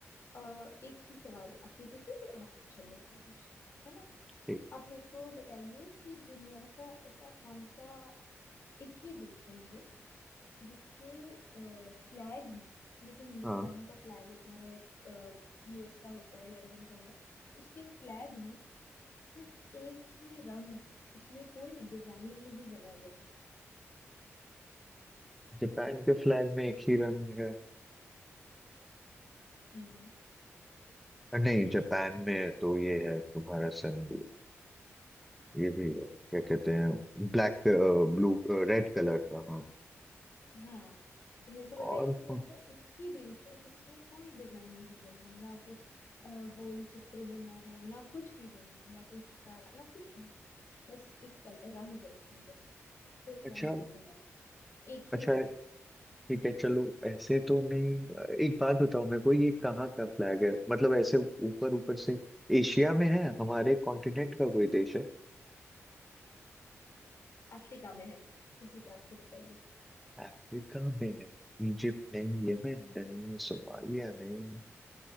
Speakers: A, on the left; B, in the centre.
A: अ, एक ही सवाल आखिरी पूछते हैं, फिर आप पूछिए मेरे को कुछ है ना
B: एक
A: आप मेरे को बताइए कि दुनिया का ऐसा कौन सा एक ही देश है ये जिसके फ्लैग में जैसे हिंदुस्तान
B: हाँ
A: का फ्लैग होता है यूएस का होता है लंदन का हुआ उसके फ्लैग में सिर्फ एक ही रंग है उसमें कोई डिजाइन नहीं बना गया है
B: जापान के फ्लैग में एक ही रंग है
A: नहीं
B: अ, नहीं जापान में तो ये है तुम्हारा सन भी है, ये भी है क्या कहते हैं ब्लैक ब्लू रेड कलर का हाँ
A: हाँ तो मेरे को बताइए
B: और
A: ऐसा कौन
B: कौन-
A: सा एक ही देश है जिसमें कोई डिजाइन नहीं बना है ना कुछ अ, गोल चित्र बना है ना कुछ भी बना है ना कोई सितारा ना कुछ भी बस एक कल रंग है उसमें बस सिर्फ
B: अच्छा
A: रंग से भरा हुआ एक ही
B: अच्छा
A: रंग
B: ठीक है चलो ऐसे तो नहीं एक बात बताओ मेरे को ये कहाँ का फ्लैग है मतलब ऐसे ऊपर ऊपर से एशिया में है हमारे कॉन्टिनेंट का कोई देश है
A: अफ्रीका में है उस हिसाब से बताइए
B: अफ्रीका में है इजिप्ट नहीं यमन नहीं सोमालिया नहीं